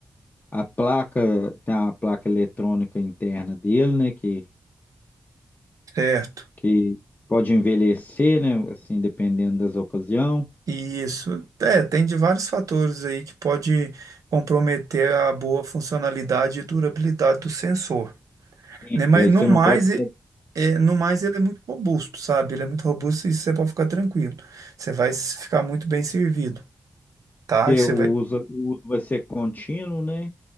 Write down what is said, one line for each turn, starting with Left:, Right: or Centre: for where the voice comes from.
Left: A placa tem a placa eletrônica interna dele, né? Que,
Right: certo?
Left: que pode envelhecer, né? Assim, dependendo das ocasiões.
Right: E isso, é, tem de vários fatores aí que pode comprometer a boa funcionalidade e durabilidade do sensor.
Left: Entendi.
Right: né? Mas
Left: Aí
Right: no
Left: você
Right: mais,
Left: não pode
Right: e-
Left: ter,
Right: é, no mais ele é muito robusto, sabe? Ele é muito robusto e você pode ficar tranquilo. Você vai s- ficar muito bem servido, tá?
Left: porque
Right: E você
Left: o
Right: vai.
Left: uso, o uso vai ser contínuo, né?